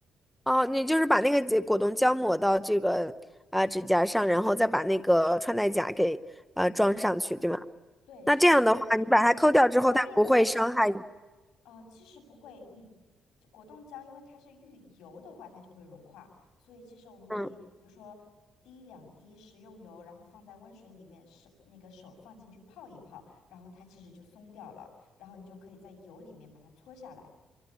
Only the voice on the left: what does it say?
贴上，
对，
其实它就是一个
双面胶。
呃，其实不会，你果冻胶因为它是遇油的话，它就会融化，所以其实我们可以，
比如说滴两滴食用油，然后放在温水里面，手那个手放进去泡一泡，然后它其实就松掉了，然后你就可以在油里面把它搓下来。